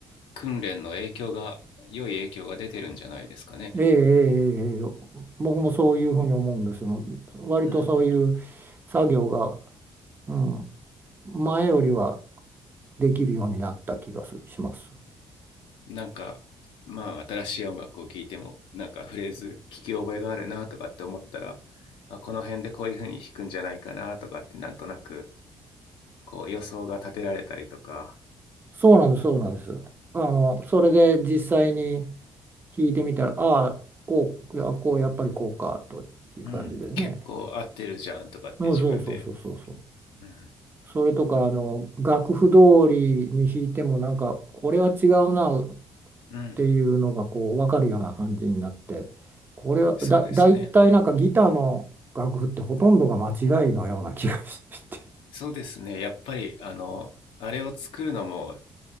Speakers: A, on the left; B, on the right.
A: 訓練の影響が、良い影響が出てるんじゃないですかね。
B: ええ、ええ、ええ僕もそういうふうに思うんですよ。割とそういう作業が、
A: うん。
B: うん、前よりはできるようになった気がすします。
A: なんか、まあ、新しい音楽を聴いても、なんかフレーズ聞き覚えがあるなとかって思ったら、あ、この辺でこういう風に弾くんじゃないかなとかって、なんとなく、こう予想が立てられたりとか、
B: そうなんです、そうなんです。あの、それで実際に弾いてみたら、ああ、こう、いや、こう、やっぱりこうか、という感じでね。
A: うん、結構合ってるじゃんとかって自分で、
B: うん、そうそうそうそうそう。
A: うん、
B: それとか、あの、楽譜通りに弾いても、なんか、これは違うなっ
A: うん、
B: ていうのが、こう、わかるような感じになって、これは、
A: そうですね、
B: だ、だいたいなんかギターの楽譜ってほとんどが間違いのような気がして。
A: うん、そうですね、やっぱりあの、あれを作るのも